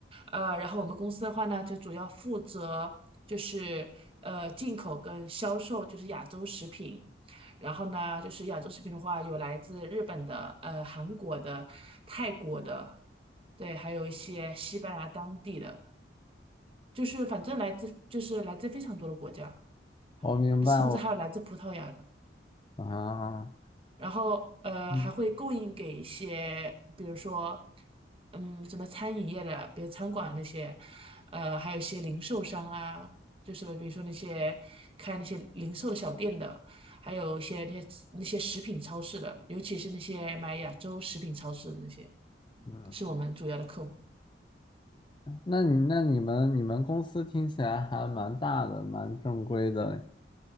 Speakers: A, on the right; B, on the left.
A: 呃，然后我们公司的话呢，就主要负责就是呃进口跟销售，就是亚洲食品。然后呢，就是亚洲食品的话，有来自日本的、呃韩国的、泰国的，对，还有一些西班牙当地的，就是反正来自就是来自非常多的国家，
B: 我明白，
A: 甚至还有来自葡萄牙的。
B: 我啊，
A: 然后呃还会供应给一些，
B: 嗯
A: 比如说，嗯，什么餐饮业的，比如餐馆那些，呃，还有一些零售商啊，就是比如说那些开那些零售的小店的，还有一些那些那些食品超市的，尤其是那些买亚洲食品超市的那些，
B: 嗯，
A: 是我们主要的客户。
B: 那你那你们你们公司听起来还蛮大的，蛮正规的。